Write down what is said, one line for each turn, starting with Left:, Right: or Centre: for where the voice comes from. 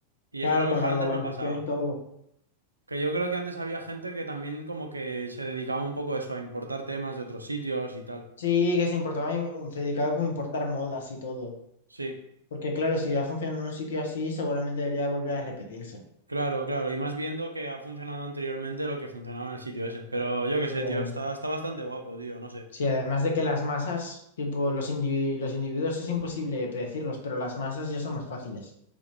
Right: Y
Left: Claro,
Right: eso a lo
Left: con
Right: mejor
Left: la globalización
Right: antes no pasaba.
Left: y todo.
Right: Que yo creo que antes había gente que también como que se dedicaba un poco a eso, a importar temas de otros sitios y tal.
Left: Sí, que se importaba, se dedicaba como a importar modas y todo.
Right: Sí,
Left: Porque claro, si ya funciona en un sitio así, seguramente debería volver a repetirse.
Right: claro, claro. Y más viendo que ha funcionado anteriormente lo que funcionaba en el sitio ese. Pero yo qué
Left: Sí,
Right: sé,
Left: eh,
Right: tío, está, está bastante guapo, tío, no sé.
Left: sí, además de que las masas, tipo los indivi- los individuos es imposible predecirlos, pero las masas ya son más fáciles.